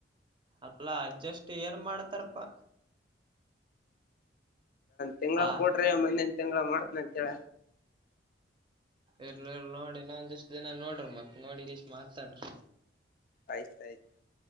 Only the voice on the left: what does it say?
ತಿಂಗ್ಳ
ಕೊಟ್ರಿ ಏನ್ ಮುಂದಿನ್ ತಿಂಗಳ ಮಾಡತ್ನ ಅಂತೇಳ
ಆಯ್ತ ಆಯತ್